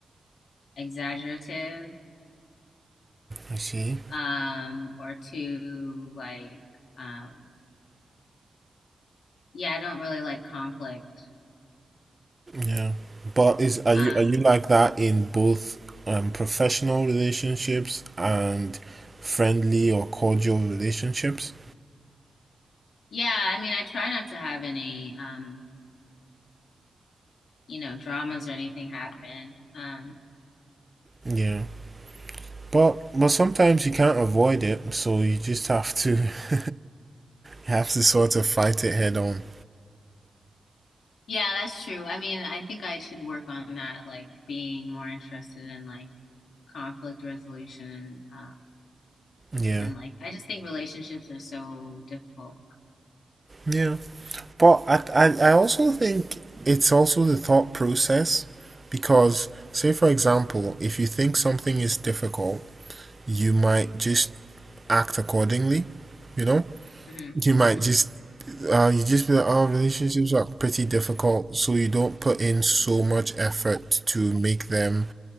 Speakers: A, on the left (about 80°); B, on the right (about 20°).
A: exaggerative
B: I see.
A: um or too like um yeah, I don't really like conflict.
B: Yeah. But is are
A: Um
B: you are you like that in both um, professional relationships and friendly or cordial relationships?
A: yeah, I mean I try not to have any um you know dramas or anything happen. Um
B: Yeah. But but sometimes you can't avoid it, so you just have to <laughs> have to sort of fight it head on.
A: Yeah, that's true. I mean, I think I should work on that, like being more interested in like conflict resolution, uh,
B: Yeah.
A: and like I just think relationships are so difficult.
B: Yeah. But I, I, I also think it's also the thought process because, say, for example, if you think something is difficult, you might just act accordingly, you know?
A: hmm
B: You might
A: hmm
B: just, uh, you just be like, oh, relationships are pretty difficult, so you don't put in so much effort to make them